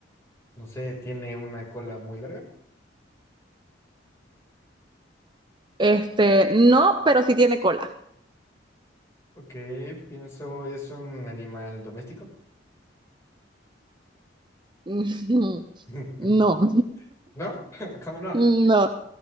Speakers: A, on the left (about 15°); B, on the right (about 25°).
A: no sé, ¿tiene una cola muy larga?
B: Este, no, pero sí tiene cola.
A: Ok, pienso, ¿es un animal doméstico?
B: <laughs>
A: <laughs>
B: No,
A: ¿No? <laughs> ¿Cómo
B: no,